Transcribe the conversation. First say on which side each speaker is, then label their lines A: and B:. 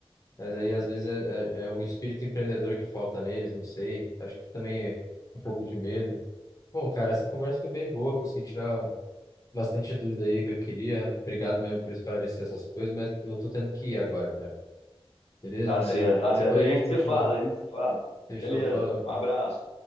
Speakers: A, on the left; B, on the left.
A: Mas aí, às vezes, é, é, é o espírito empreendedor que falta neles, não sei. Acho que também é um pouco de medo. Bom, cara, essa conversa foi bem boa, consegui tirar bastante dúvida aí que eu queria. Obrigado mesmo por esclarecer essas coisas, mas eu tô tendo que ir agora, cara. Beleza?
B: Tá certo,
A: Aí depois
B: tá certo. A
A: a
B: gente
A: gente continua.
B: se fala, a gente se fala.
A: Fechou,
B: Beleza,
A: falou.
B: um abraço.